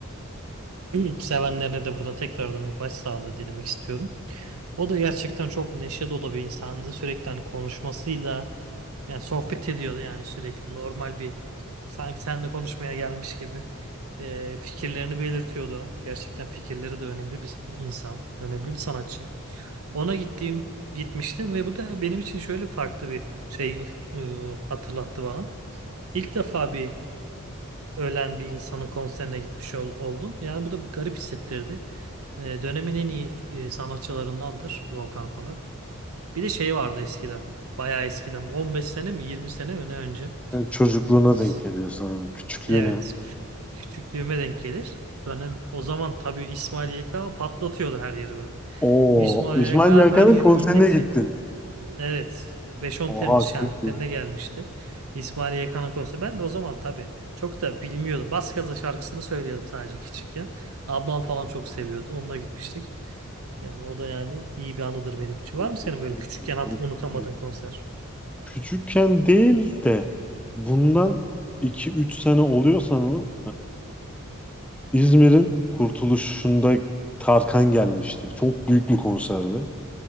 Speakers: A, on the right; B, in the centre.
A: Ee, <clears throat> sevenlerine de buradan tekrardan bir başsağlığı dilemek istiyorum. O da gerçekten çok neşe dolu bir insandı. Sürekli hani konuşmasıyla yani sohbet ediyordu yani sürekli normal bir sanki seninle konuşmaya gelmiş gibi. Ee, fikirlerini belirtiyordu. Gerçekten fikirleri de önemli bir insan, önemli bir sanatçı. Ona gittiğim gitmiştim ve bu da benim için şöyle farklı bir şey e, hatırlattı bana. İlk defa bir ölen bir insanın konserine gitmiş ol- oldum. Yani bu da garip hissettirdi. Ee, dönemin en iyi e, sanatçılarındandır Volkan Konak. Bir de şey vardı eskiden. Bayağı eskiden. 15 sene mi 20 sene mi ne önce.
B: Yani çocukluğuna
A: İs-
B: denk geliyor sana, küçüklüğüne.
A: Evet. küç- Küçüklüğüme denk gelir. Dönem, o zaman tabii İsmail YK patlatıyordu her yeri böyle.
B: Oo,
A: İsmail
B: İsmail
A: YK
B: Yakan'ın
A: her yeri
B: konserine
A: inleti.
B: gittin.
A: Evet. beş on
B: Oha
A: Temmuz şenliklerine
B: çok iyi.
A: gelmişti. İsmail Yekan'ın konseri. Ben de o zaman tabii çok da bilmiyordum. Bas Gaza şarkısını söylüyordum sadece küçükken. Ablam falan çok seviyordu. Onunla gitmiştik. Yani o da yani iyi bir anıdır benim için.
B: Çok
A: Var mı senin
B: çok
A: böyle
B: iyi.
A: küçükken hat
B: Çok
A: unutamadığın
B: iyi.
A: konser?
B: Küçükken değil de bundan iki üç sene oluyor sanırım. Ee, İzmir'in kurtuluşunda Tarkan gelmişti. Çok büyük bir konserdi.